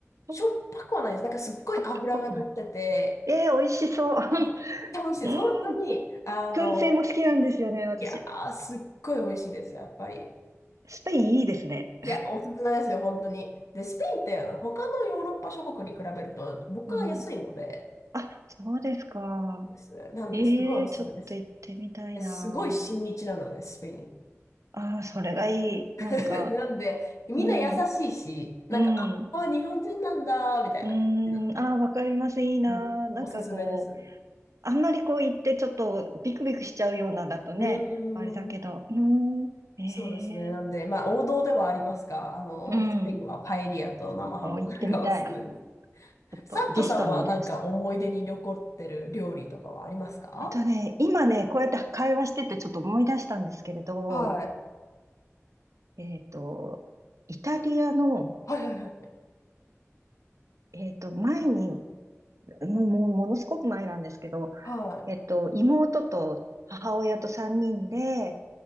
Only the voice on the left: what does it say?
しょっぱくはないです。
なんかすっごい脂が乗ってて、
いやめっちゃ美味しいです。
本当に、あの、
いやー、すっごい美味しいですよ、やっぱり。
いや、おすすめですよ、本当に。で、スペインってあの他のヨーロッパ諸国に比べると物価が安いので、
ですなんで、
すごいおすすめです。で、すごい親日なので、スペイン。
<laughs>
なんで、みんな優しいし、
なんか、
あ、あ日本人なんだ、みたいな感じなんで、
うん、
おすすめです。
うー
ん。
そうですね。なんで、まあ、王道ではありますが、あの、
スペインはパエリアと生ハムがおすすめで
す。サットさんはなんか思い出に残ってる料理とかはありますか
はい。
はいはいはい。
はい。